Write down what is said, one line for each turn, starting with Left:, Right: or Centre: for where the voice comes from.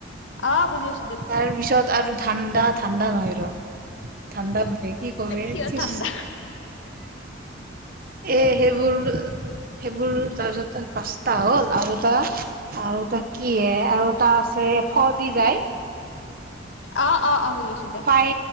Left: অ বুজিজ।
Right: তাৰ পিছত আৰু ঠাণ্ডা ঠাণ্ডা নহয় ৰ। ঠাণ্ডা মানে কি কওঁ ৰে
Left: কিয়
Right: টিছ
Left: ঠাণ্ডা
Right: এ সেইবোৰ সেইবোৰ তাৰপিছত পাঁচটা হ'ল আৰু এটা আৰু তাক কিহে, আৰু তাৰ আছে ফৰ দি যায়।
Left: অ' অ' অ' বুজিছো দে,
Right: ফাই